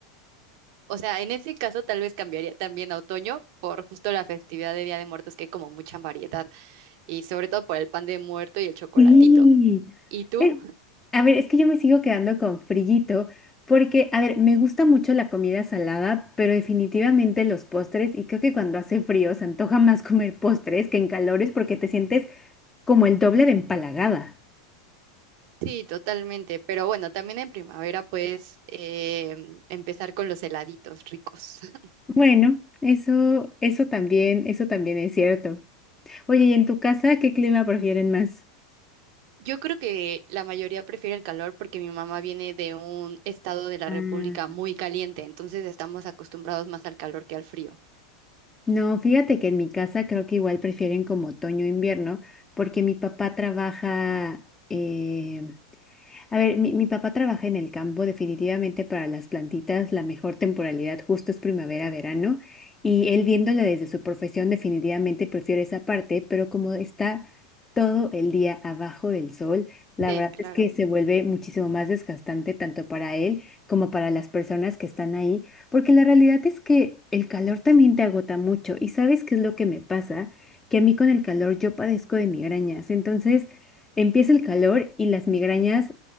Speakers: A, on the right (about 60°); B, on the left (about 15°).
A: O sea, en ese caso tal vez cambiaría también a otoño por justo la festividad de Día de Muertos, que hay como mucha variedad, y sobre todo por el pan de muerto y el chocolatito.
B: Sí.
A: ¿Y tú?
B: Es- a ver, es que yo me sigo quedando con frillito porque, a ver, me gusta mucho la comida salada, pero definitivamente los postres y creo que cuando hace frío se antoja más comer postres que en calores porque te sientes como el doble de empalagada.
A: Sí, totalmente. Pero bueno, también en primavera puedes em, empezar con los heladitos ricos. <laughs>
B: Bueno, eso, eso también, eso también es cierto. Oye, ¿y en tu casa qué clima prefieren más?
A: Yo creo que la mayoría prefiere el calor porque mi mamá viene de un estado de la
B: Ah,
A: República muy caliente, entonces estamos acostumbrados más al calor que al frío.
B: No, fíjate que en mi casa creo que igual prefieren como otoño e invierno, porque mi papá trabaja, eh, A ver, mi, mi papá trabaja en el campo, definitivamente para las plantitas la mejor temporalidad justo es primavera, verano, y él viéndolo desde su profesión definitivamente prefiere esa parte, pero como está todo el día abajo del sol, la
A: Sí,
B: verdad
A: claro.
B: es que se vuelve muchísimo más desgastante tanto para él como para las personas que están ahí, porque la realidad es que el calor también te agota mucho y ¿sabes qué es lo que me pasa? Que a mí con el calor yo padezco de migrañas, entonces... Empieza el calor y las migrañas